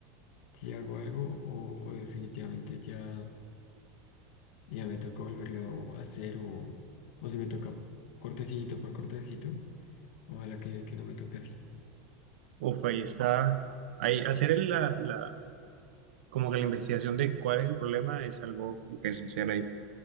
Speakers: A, on the left; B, on the right.
A: si hago algo o, o definitivamente ya, ya me toca volverlo a hacer o, o si me toca cortecito por cortecito, ojalá que, que no me toque así.
B: Uf, ahí está. Ahí, hacer el- la, la, como que la investigación de cuál es el problema es algo como que esencial ahí.